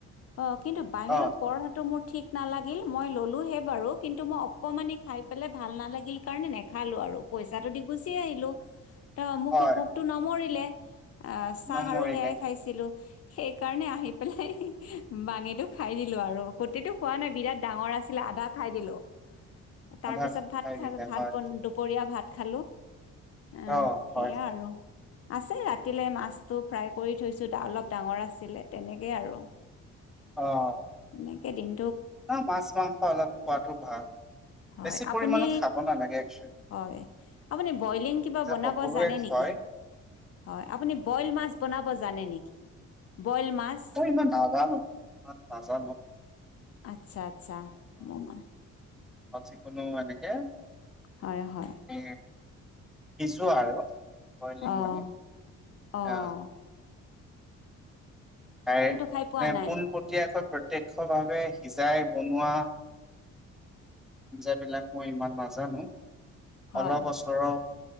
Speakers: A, on the left (about 50°); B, in the centre.
A: অ কিন্তু বাহিৰৰ
B: অ
A: পৰঠাটো মোৰ ঠিক নালাগিল মই ল'লোঁহে বাৰু, কিন্তু মই অকণমানেই খাই পেলাই ভাল নালাগিল কাৰণে নেখালোঁ আৰু। পইচাটো দি গুচি আহিলো, ত মোক
B: হয়
A: তো ভোক নভৰিলে, আহ' চাহ
B: নমৰিলে
A: আৰু সেয়াই খাইছিলো। সেইকাৰণে আহি পেলাই বাাঙিটো খাই দিলোঁ আৰু, গটেতো খোৱা নাই বিৰাট ডাঙৰ আছিলা আদা খাই দিলোঁ, তাৰপিছত
B: আধা
A: ভাত
B: খাই
A: খ
B: দিলে
A: ভাত
B: হয়
A: ব দুপৰীয়া ভাত খালোঁ। অহ'
B: অ হয়
A: সেইয়া
B: হয়
A: আৰু। আছে ৰাতিলৈ মাছটো ফ্ৰাই কৰি থৈছোঁ, অলপ ডাঙৰ আছিলে তেনেকৈ আৰু।
B: অহ'
A: এনেকে দিম?
B: অ' মাছ-মাংস অলপ খোৱাতো ভাল,
A: হয়
B: বেছি
A: আপুনি
B: পৰিমণত খাব নালাগে একচেল
A: হয়, আপুনি বইলিং কিবা বনাব
B: সকলোৱে
A: জানে নেকি?
B: হয়
A: হয়, আপুনি বইল মাছ বনাব জানে নেকি? বইল মাছ
B: অ ইমান নাজানো, নাজানো
A: আচ্ছা আচ্ছা, মমা
B: অ' চিকোনো এনেকে
A: হয় হয়।
B: এ সিজোৱা আৰু। বইলিং
A: অহ
B: মানে
A: অহ
B: আহ তাই,
A: খাই পোৱা নাই
B: পোনপটীয়াকৈ প্ৰত্যক্ষভাৱে সিজাই বনোৱা আঞ্জাবিলাক মই ইমান নাজানো,
A: হয়
B: অলপ ছৰৰ